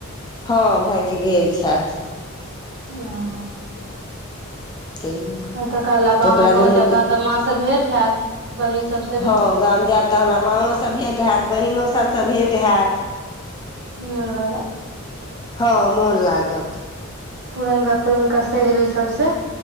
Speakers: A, on the left; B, on the right.
A: हँ भाइजी गेल छथि
B: ह
A: ताहि लऽ कऽ तऽ
B: <unintelligible> लब अहाँ
A: ओकरा
B: गाँव
A: दुनूके
B: जायब तह तऽ माँ सब भेट होयत बहिन सब स
A: हँ गाम जायब तऽ हमरा माँओसँ भेँट हायैत बहिनो सभसँ भेँट हायत
B: <unintelligible>
A: हँ मोन लागत
B: पुरनका पुरनका सहेली सबस